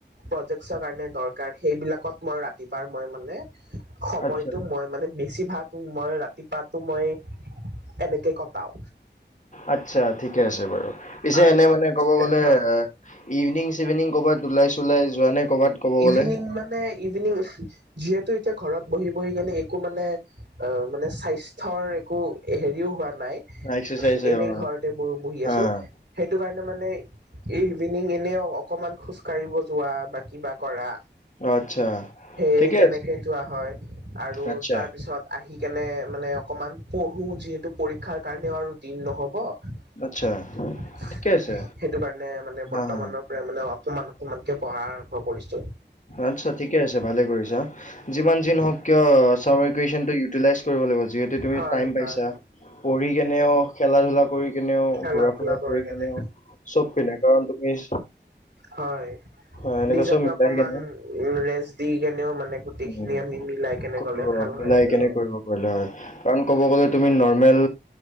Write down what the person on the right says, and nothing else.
প্ৰজেক্টৰ কাৰণে, দৰকাৰ। সেইবিলাকত, মই ৰাতিপুৱা মই মানে, সময়টো
মই মানে, বেছিভাগ মই, ৰাতিপুৱাতো মই, এনেকে কটাও।
আৰু
হয়
ইভিনিং মানে, ইভিনিং যিহেতু, এতিয়া ঘৰত বহি- বহি কেনে, একো মানে, অ'! মানে, স্বাস্থ্যৰ একো সেৰিও হোৱা নাই।
এনেই
ঘৰতে ব বহি
আছোঁ। সেইটো কাৰণে মানে, এই ইভিনিং এনেইও, অকণমান খোজকাঢ়িব যোৱা বা কিবা কৰা!
সেই,
তেনেকে
যোৱা হয়। আৰু
তাৰ পিছত, আহি কেনে মানে, অকমান পঢ়োঁ যিহেতু, পৰীক্ষাৰ কাৰণেও আৰু দিন নহ'ব। <unintelligible>
সেইটো কাৰণে মানে,
বৰ্তমানৰ
মানে, অকমান-অকমানকে পঢ়াৰ আৰম্ভ কৰিছো
হয়
হয়
খেলা
ধূলা কৰে
কেনে
হয়!
নিজক
কে
অকমান,
উম! ৰেষ্ট দি কেনেও মানে, গোটেই
খিনি আমি মিলাই কেনে,
গ'লে ভাল
হয় আৰু।